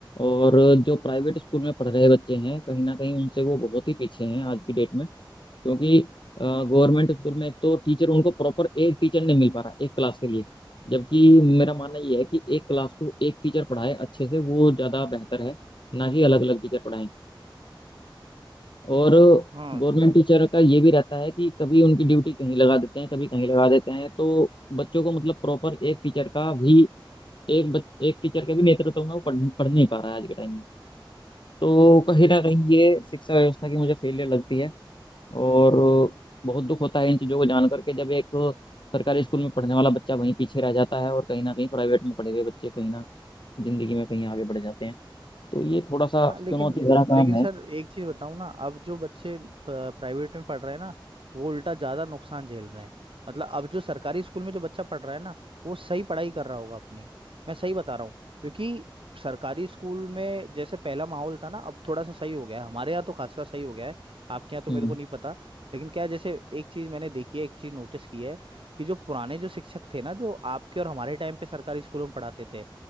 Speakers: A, on the left; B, on the right.
A: और जो प्राइवेट स्कूल में पढ़ रहे बच्चे हैं कहीं ना कहीं उनसे वो बहुत ही पीछे हैं आज की डेट में क्योंकि गवर्नमेंट स्कूल में एक तो टीचर उनको प्रॉपर एक टीचर नहीं मिल पा रहा एक क्लास के लिए जबकि मेरा मानना ये है कि एक क्लास को एक टीचर पढ़ाए अच्छे से वो ज़्यादा बेहतर है ना कि अलग अलग टीचर पढ़ाएं और
B: हाँ,
A: गवर्नमेंट टीचर का ये भी रहता है कि कभी उनकी ड्यूटी कहीं लगा देते हैं कभी कहीं लगा देते हैं तो बच्चों को मतलब प्रॉपर एक टीचर का भी एक बच, एक टीचर के भी नेतृत्व में वो पढ़, पढ़ नहीं पा रहा है आज के टाइम में तो कहीं ना कहीं ये शिक्षा व्यवस्था की मुझे फेलियर लगती है और बहुत दुख होता है इन चीज़ों को जान करके जब एक सरकारी स्कूल में पढ़ने वाला बच्चा वहीं पीछे रह जाता है और कहीं ना कहीं प्राइवेट में पढ़े हुए बच्चे कहीं ना जिंदगी में कहीं आगे बढ़ जाते हैं तो ये थोड़ा सा
B: हाँ लेकिन
A: चुनौती भरा काम
B: लेकिन
A: है
B: सर एक चीज बताऊं ना अब जो बच्चे प्राइवेट में पढ़ रहे हैं ना वो उल्टा ज्यादा नुकसान झेल रहे हैं मतलब अब जो सरकारी स्कूल में जो बच्चा पढ़ रहा है ना वो सही पढ़ाई कर रहा होगा अपनी मैं सही बता रहा हूँ क्योंकि सरकारी स्कूल में जैसे पहला माहौल था ना अब थोड़ा सा सही हो गया है हमारे यहाँ तो खासकर सही हो गया है आपके यहाँ तो
A: हम्म
B: मेरे को नहीं पता लेकिन क्या है, जैसे एक चीज मैंने देखी है एक चीज नोटिस की है कि जो पुराने जो शिक्षक थे ना जो आपके और हमारे टाइम पे सरकारी स्कूलों में पढ़ाते थे